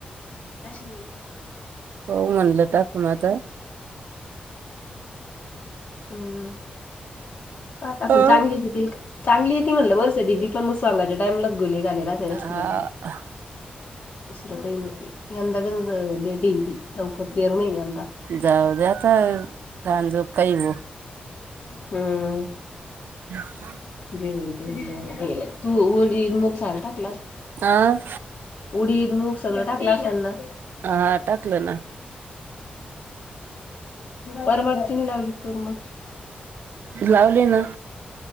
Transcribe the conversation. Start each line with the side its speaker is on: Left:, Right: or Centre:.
Left: हश
Right: हो म्हणलं टाकूनता
Left: हम्म प आपण
Right: अ
Left: चांगली येतील चांगली य ते म्हणलं वर्षी पण म सांगाच्या टाइमला गुली घाली रा जास्तकी
Right: हा
Left: दुसरं काही नाही यंदा का लेट ये लवकर येरून येई यंदा
Right: जाऊद्या आता कान जो काही हो
Left: हम्म
Right: ह
Left: जे वयी ते वयी तू उडी मुंगसाले टाक
Right: आ
Left: उडीद मूग सगळं टाकलं असताना
Right: हा टाकलं ना
Left: परमडचीनी लावली तुर मग
Right: लावले ना